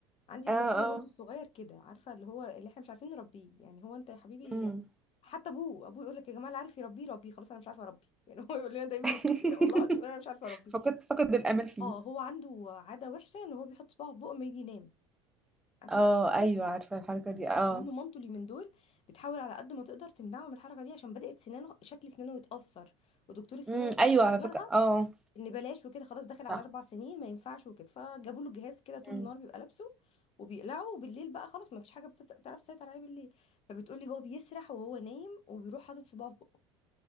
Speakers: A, on the left (about 40°); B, in the centre.
A: عندي
B: اه
A: ابن اخويا
B: اه
A: برضو الصغير كده عارفه اللي هو اللي احنا مش عارفين نربيه يعني هو انت يا حبيبي
B: امم
A: حتى ابوه ابوه يقول لك يا جماعه اللي عارف يربيه ربيه خلاص انا مش عارفه اربيه <laughs> يعني هو يقول لنا دايما
B: <laughs>
A: هو كده والله العظيم يقول انا مش عارفه اربيه
B: فقد فقد الامل فيه
A: اه هو عنده عاده وحشه ان هو بيحط صباعه في بقه لما يجي ينام عارفه
B: اه
A: الاطفال
B: ايوه عارفه الحركه دي اه
A: المهم مامته اليومين دول بتحاول على قد ما تقدر تمنعه من الحركه دي عشان بدات سنانه شكل سنانه يتاثر ودكتور السنان
B: امم
A: وكده
B: ايوه
A: حذرها
B: على فكره اه
A: ان بلاش وكده خلاص داخل على
B: صح
A: اربع سنين ما ينفعش وكده فجابوا له جهاز كده طول
B: امم
A: النهار بيبقى لابسه وبيقلعه وبالليل بقى خلاص ما فيش حاجه بتعرف تسيطر عليه بالليل فبتقولي هو بيسرح وهو نايم وبيروح حاطط صباعه في بقه